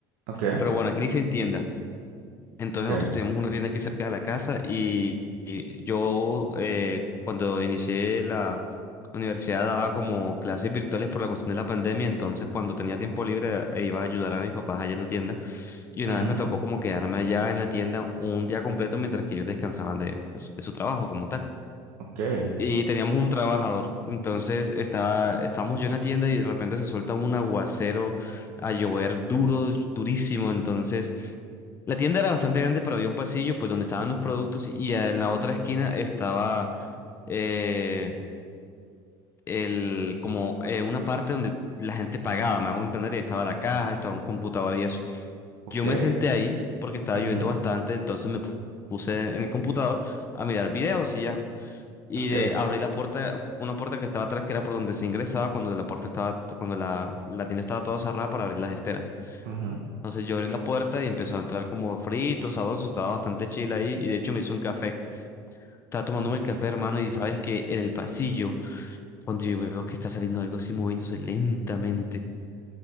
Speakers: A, on the right (about 85°); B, on the left (about 25°).
A: Ok,
B: Pero bueno, aquí le dicen tienda. Entonces
A: ok,
B: nosotros teníamos una tienda aquí cerca de la casa y, y yo eh, cuando inicié la universidad daba como clases virtuales por la cuestión de la pandemia, entonces cuando tenía tiempo libre eh, iba a ayudar a mis papás allá en la tienda y una
A: ujú,
B: vez me tocó como quedarme allá en la tienda un día completo mientras que ellos descansaban de, pues, de su trabajo como tal
A: ok,
B: y teníamos un trabajador. Entonces estaba, estábamos yo en la tienda y de repente se suelta un aguacero a llover duro, durísimo. Entonces la tienda era bastante grande, pero había un pasillo pues donde estaban los productos y en la otra esquina estaba eh, el, como eh, una parte donde la gente pagaba, me hago entender, y estaba la caja, estaba un computador y eso.
A: ok,
B: Yo me senté ahí porque estaba
A: ujú,
B: lloviendo bastante, entonces me puse en el computador a mirar videos y ya y
A: ok,
B: de abrir la puerta, una puerta que estaba atrás, que era por donde se ingresaba cuando la puerta estaba, cuando la, la tienda estaba toda cerrada para abrir las esteras.
A: ujú,
B: Entonces yo abrí la puerta y empezó a entrar como frito, sabroso, estaba bastante chila ahí y de hecho me hizo un café. Estaba tomándome
A: ujú,
B: el café, hermano, y sabes que en el pasillo, cuando yo veo que está saliendo algo así moviéndose lentamente.